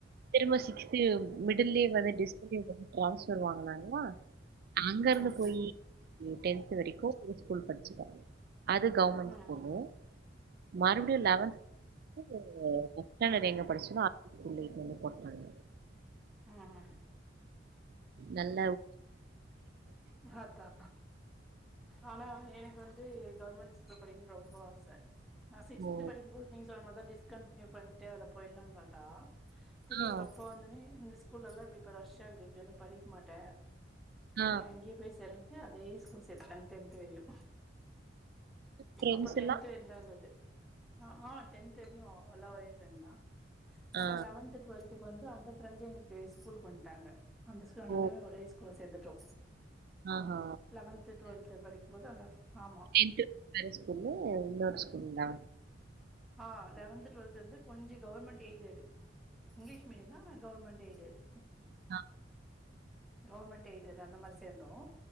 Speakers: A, on the right (about 55°); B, in the centre.
A: திரும்ப சிக்ஸ்து மிடில்லயே வந்து டிஸ்கன்டினியு பண்ணி ட்ரான்ஸ் பர் வாங்னாங்ளா அங்க இருந்து
B: ம்
A: போயி <unintelligible> டென்த் வரைக்கு <inaudible> ஸ்கூல் படுச்சுட்டே அது கவர்மண்ட்
B: ம்
A: ஸ்கூலு மறுபடியு லவன்த்து ஃபஸ்டான்டட் எங்க படுச்சனோ அந்த ஸ்கூல்லயே <unintelligible> போட்டாங்க
B: ஆ ஆ
A: நல்
B: அதா ஆனா எனக்கு வந் து கவர்மண்ட் ஸ்கூல் படிக்கனுனு ரொம்ப ஆச நா சிக்ஸ்த்
A: ஓ!
B: படிக்கும்போது நீங்க சொன்ன மாரிதா டிஸ்கண்டினியு பண்ட்டு அத போய்லானு பாத்தா திடீர்
A: ஆ,
B: எங்க அப்பா வந்தோனே இந்த ஸ் ஸ்கூல்லல்லா இப்டிப் ப ரஷ்ஷா இருக்து இப்டி வந்து படிக் மாட்ட
A: ஆ, ஆ.
B: நீ அங்கயே போய் சேருன்டு அதே ஸ்கூல் சேத்துட்டாங்க டென்த் வரயு
A: ஃப்ரெண்ட்ஸ்
B: அப்ப டென்த்
A: எல்லாம்?
B: இல்ல அந்த இது ஆ ஆ டென்த் வரயு எல்லா ஒரே ஃப்ரண்ட்தா அப்ப
A: ஆ.
B: லவன்த் டுவல்த்து இப்ப வந்து அந்த ஃப்ரெண்டு் எனக்கு ஸ்கூல்கு வன்டாங்க அந்த ஸ்கூல் நாங்க
A: ஓ!
B: எல்லாமே ஒரே ஸ்கூல்ல சேந்துட்டோ
A: ஆஹா!
B: லவன்த்து டுவல்த்து படிக்கு போது அந்த ஆமா
A: டென்த்து வேற ஸ்கூலு இன்னொரு ஸ்கூலுங்ளா
B: ஆ லவன்த்து டுவல்த்து வந்து கொஞ்ச கவர்மெண்ட் எய்டடு இங்லீஷ் மீடியந் தா ஆனா கவர்மண்ட் எய்டட்
A: ஆ
B: கவர்மண்ட் எயிடட் அந்த மாரி சேந்தோ